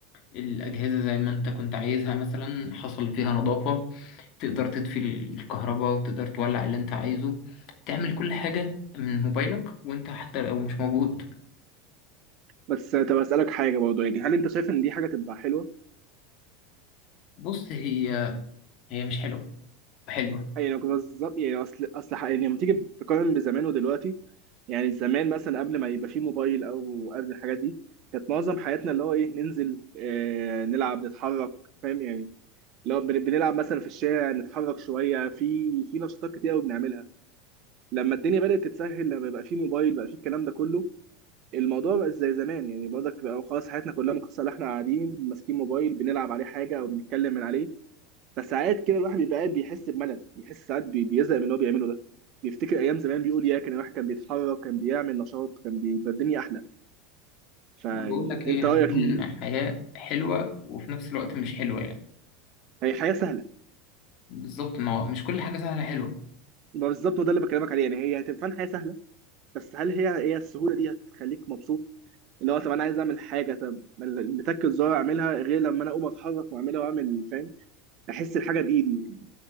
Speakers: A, on the left (about 45°); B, on the right (about 45°).
A: الأجهزة زي ما أنت كنت عايزها مثلا حصل فيها نظافة تقدر تطفي الكهرباء وتقدر تولع اللي أنت عايزه تعمل كل حاجة من موبايلك وأنت حتى لو مش موجود
B: بس طب اسالك حاجه برضه يعني هل انت شايف ان دي حاجه تبقى حلوه
A: بص هي هي مش حلوة حلوة
B: يعني بالظبط يعني اصل اصل حق- يعني لما تيجي تقارن بزمان ودلوقتي يعني زمان مثلا قبل ما يبقى فيه موبايل او قبل الحاجات دي كانت معظم حياتنا اللي هو ايه ننزل آه نلعب نتحرك فاهم يعني لو بن- بنلعب مثلا في الشارع نتحرك شويه في في نشاطات كتير قوي بنعملها لما الدنيا بدات تتسهل لما بقى فيه موبايل بقى فيه الكلام ده كله الموضوع بقى زي زمان يعني برضك بقى خلاص حياتنا كلها مقتصره على احنا قاعدين ماسكين موبايل بنلعب عليه حاجه او بنتكلم من عليه فساعات كده الواحد بيبقى قاعد بيحس بملل بيحس ساعات بي- بيزهق من اللي هو بيعمله ده بيفتكر ايام زمان بيقول يا كان الواحد كان بيتحرك كان بيعمل نشاط كان بيبقى الدنيا احلى فيعني
A: ما بقول لك
B: انت
A: هي
B: رايك
A: هتكون
B: ال...
A: حياة حلوة وفي نفس الوقت مش حلوة يعني
B: هي حياه سهله
A: بالظبط ما هو مش كل حاجة سهلة حلوة
B: ما بالظبط وده اللي بكلمك عليه يعني هي هتبقى فعلاً حياه سهله بس هل هي هي السهوله دي هتخليك مبسوط اللي هو طب انا عايز اعمل حاجه طب ال- بتك الزرار اعملها غير لما انا اقوم اتحرك واعملها واعمل فاهم احس الحاجه بايدي